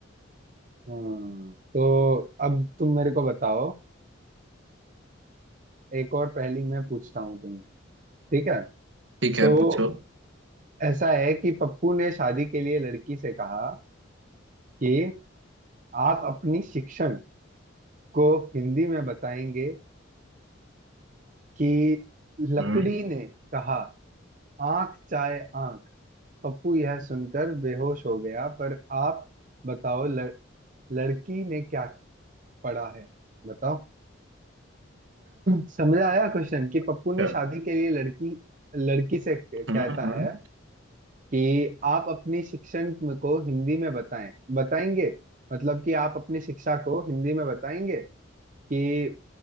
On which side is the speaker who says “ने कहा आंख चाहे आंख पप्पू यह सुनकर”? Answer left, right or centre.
Right